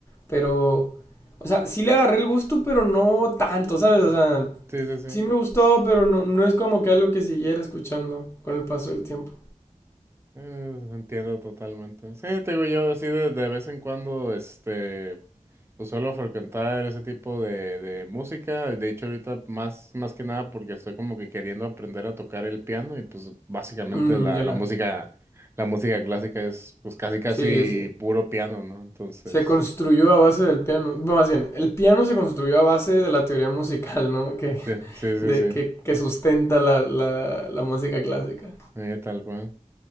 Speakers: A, on the left; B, on the right.
A: pero, o sea, sí le agarré el gusto, pero no tanto, ¿sabes? O sea,
B: Sí, sí, sí.
A: Sí me gustó, pero no, no es como que algo que siguiera escuchando con el paso del tiempo.
B: Eh, entiendo totalmente. Sí, te digo yo, así de, de vez en cuando, este, pues suelo frecuentar ese tipo de, de música. De hecho, ahorita más, más que nada porque estoy como que queriendo aprender a tocar el piano y pues básicamente
A: Mm,
B: la,
A: ya,
B: la música, la música clásica es pues casi casi
A: sí, sí.
B: puro piano, ¿no? Entonces,
A: Se construyó a base del piano. Bueno, más bien, el piano se construyó a base de la teoría musical, ¿no? Que,
B: sí, sí, sí,
A: de-
B: sí.
A: que, que sustenta la, la, la música clásica.
B: Eh, tal cual.